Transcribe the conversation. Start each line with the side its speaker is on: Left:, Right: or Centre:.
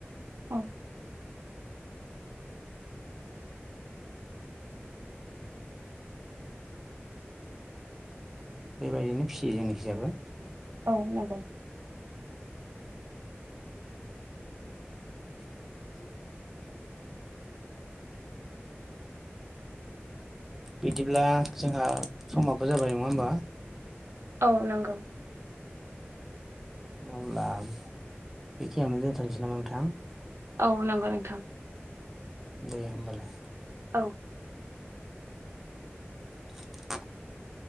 Right: औ।
Centre: बेबायदिनो फिसियो जोंनिखि जाबो
Right: औ नंगौ
Centre: <inaudible> बिदिब्ला जोंहा समाबो जाबाय नङा होमबा
Right: औ नंगौ।
Centre: अब्ला बेखिनियावनो दोनथ'नोसै नामा नोंथां?
Right: औ नंगौ नोंथां।
Centre: दे होमबालाय।
Right: औ।
Centre: <inaudible>